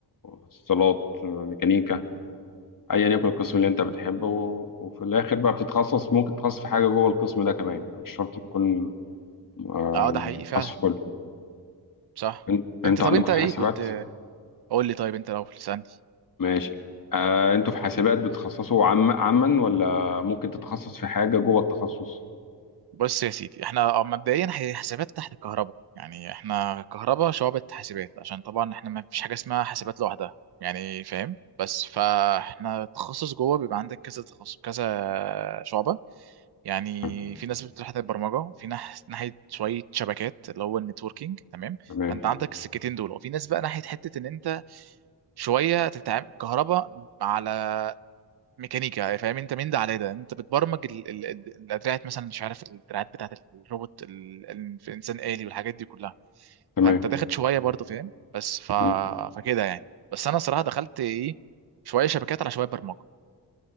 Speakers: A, on the left; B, on the right.
A: اتصالات ميكانيكا أيا يكن القسم اللي أنت بتحبه و- وفي الآخر بقى بتتخصص ممكن تتخصص في حاجة جوه القسم ده كمان يعني مش شرط تكون آه،
B: اه
A: يعني
B: ده حقيقي
A: تخصص
B: فعلا
A: في كله
B: صح
A: أن- أنتوا
B: انت طب
A: عندكم
B: انت
A: في
B: ايه
A: حاسبات
B: كنت قول لي طيب انت لو تسالني
A: ماشي آه، أنتوا في حاسبات بتتخصصوا عم عما ولا ممكن تتخصص في حاجة جوه التخصص
B: بص يا سيدي احنا اه مبدئيا هي حاسبات تحت كهرباء يعني احنا كهرباء شعبة حاسبات عشان طبعا احنا ما فيش حاجه اسمها حاسبات لوحدها يعني فاهم بس فاحنا تخصص جوه بيبقى عندك كذا تخصص كذا شعبة يعني
A: طيب،
B: في ناس بتروح ناحية البرمجة في ناح- ناحية شوية شبكات اللي هو النتوركينج تمام
A: تمام
B: فانت عندك السكتين دول وفي ناس بقى ناحية حتة ان انت شوية تتعامل كهرباء على ميكانيكا فاهم انت من ده على ده انت بتبرمج ال- ال- ال- الادراعات مثلا مش عارف الادراعات بتاعت الروبوت ال- الانسان آلي والحاجات دي كلها
A: تمام
B: فانت داخل شويه برضه فاهم بس ف...
A: مم.
B: فكده يعني بس انا صراحه دخلت ايه شويه شبكات على شويه برمجه